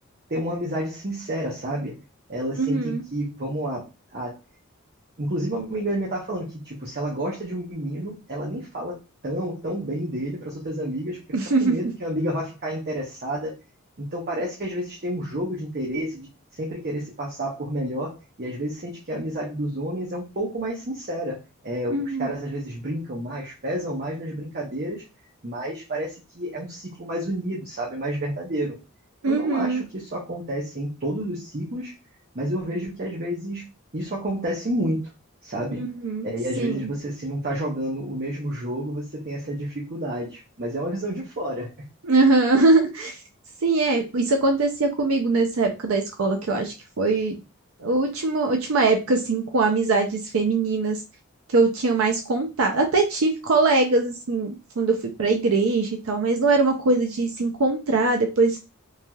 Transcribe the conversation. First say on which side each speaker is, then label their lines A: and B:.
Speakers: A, on the right (about 45°); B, on the right (about 75°).
A: ter uma amizade sincera, sabe? Elas
B: uhum,
A: sentem que, vamos lá, a Inclusive, uma amiga minha tava falando que, tipo, se ela gosta de um menino, ela nem fala tão, tão bem dele para as outras amigas, porque
B: <laughs>
A: fica com medo que a amiga vai ficar interessada. Então, parece que às vezes tem um jogo de interesse, de sempre querer se passar por melhor, e às vezes sente que a amizade dos homens é um pouco mais sincera. É,
B: uhum,
A: os caras às vezes brincam mais, pesam mais nas brincadeiras, mas parece que é um ciclo mais unido, sabe? Mais verdadeiro.
B: uhum,
A: Eu não acho que isso acontece em todos os ciclos, mas eu vejo que às vezes isso acontece muito, sabe?
B: uhum,
A: É,
B: sim.
A: e às vezes você, se não está jogando o mesmo jogo, você tem essa dificuldade. Mas é uma visão de fora.
B: Aham. <laughs> Sim, é. Isso acontecia comigo nessa época da escola, que eu acho que foi a última, última época, assim, com amizades femininas que eu tinha mais contato. Até tive colegas, assim, quando eu fui pra igreja e tal, mas não era uma coisa de se encontrar depois